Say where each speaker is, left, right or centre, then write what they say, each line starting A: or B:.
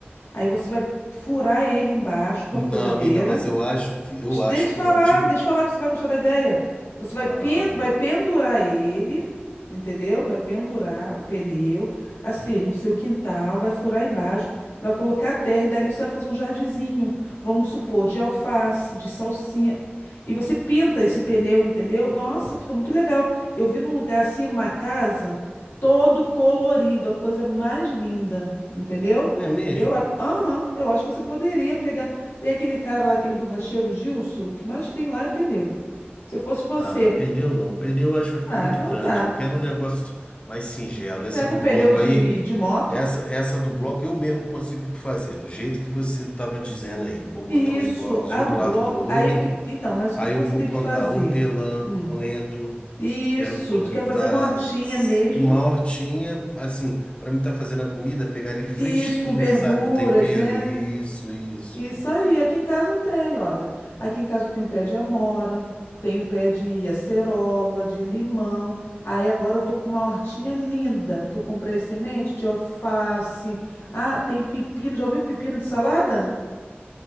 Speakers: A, on the left; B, on the left.
A: aí você vai furar ele embaixo com
B: não,
A: a furadeira.
B: amiga, mas eu acho que. Eu acho
A: Deixa eu
B: que
A: falar,
B: não. Tipo.
A: deixa eu falar que você vai gostar da ideia. Você
B: não,
A: vai, pen-
B: ah,
A: vai pendurar ele, entendeu? Vai pendurar o pneu, assim, no seu quintal, vai furar embaixo, vai colocar terra e dali você vai fazer um jardinzinho. Vamos supor, de alface, de salsinha. E você pinta esse pneu, entendeu? Nossa, fica muito legal. Eu vi num lugar assim, numa casa, todo colorido, a coisa mais linda, entendeu?
B: Não é mesmo?
A: Eu, a- aham, eu acho que você poderia pegar tem aquele cara lá, aquele borracheiro Gilson, o que mais tem lá é pneu. Se fosse você,
B: Ah, mas pneu não. Pneu eu acho que vai ficar
A: ah,
B: muito
A: então
B: grande.
A: tá.
B: Eu quero um negócio mais singelo. Essa
A: Pega
B: do
A: um pneu
B: bloco
A: de,
B: aí,
A: de moto.
B: essa, essa do bloco eu mesmo consigo fazer, do jeito que você estava dizendo aí. Eu vou botar
A: E
B: os
A: isso,
B: blocos
A: a
B: um
A: do
B: do lado
A: bloco.
B: do outro.
A: Aí o que. Então, mas o
B: Aí
A: que que você
B: eu vou
A: tem
B: plantar
A: que fazer?
B: hortelã,
A: Hum.
B: coentro,
A: Isso,
B: quero plantar
A: tu quer fazer uma hortinha
B: s-
A: mesmo?
B: uma hortinha, assim, para mim estar fazendo a comida, pegar ali fresquinho,
A: Isso, com verduras,
B: sabe? O tempero,
A: né?
B: isso, isso.
A: Isso aí, aqui em casa eu tenho, olha. Aqui em casa eu tenho pé de amora, tenho pé de acerola, de limão. Aí agora eu tô com uma hortinha linda que eu comprei as sementes de alface. Ah, tem pepino. Já ouviu pepino de salada?